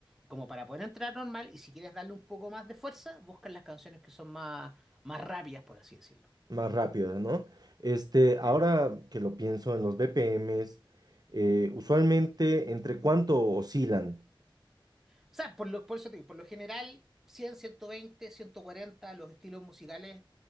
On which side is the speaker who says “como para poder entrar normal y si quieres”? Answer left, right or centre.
Centre